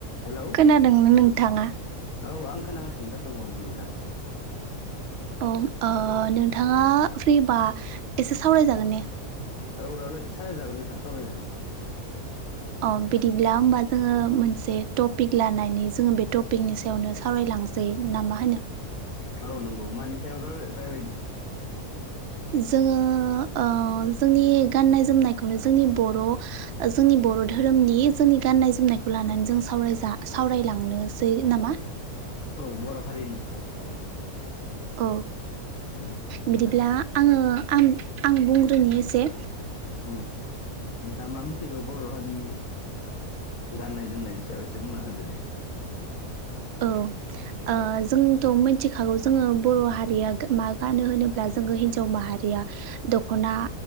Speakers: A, on the left (about 65°); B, on the right (about 60°).
A: Hello
B: खोनादोंनो नोंथाङा?
A: औ आं खोनागासिनो दं औ नोंथां
B: औ ओ नोंथाङा फ्रिबा एसे सावरायजागोन ने?
A: औ रावले सावरायाय जागोन नोंथां सावरायजागोन
B: अ बिदिब्ला होमबा जोङो मोनसे टपिक लानानै जोङो बे टपिकनि सायावनो सावरायलां सै नामाहोनो?
A: औ नंगौ मानि सायाव राय रायलायनो
B: जोङो ओ जोंनि गाननाय जोमनायखौनो जोंनि बर' जोंनि बर' धोरोमनि जोंनि गाननाय जोमनायखौ लानानै जों सावरायजा सावरायलांनोसै नामा?
A: औ बर' हारिनि औ औ
B: औ
A: उम
B: बिदिब्ला
A: दे
B: आङो आम आं बुंग्रोनि एसे
A: उम नोंथांआ मा मिथिगो बर' हारिनि गाननाय-जोमनायनि सायाव एसे बुंना होदो दे।
B: औ
A: औ
B: ओ जोंथ' मिथिख खागौ जोङो बर' हारिया गो मा गानो होनोब्ला जोङो हिनजाव माहारिया दख'ना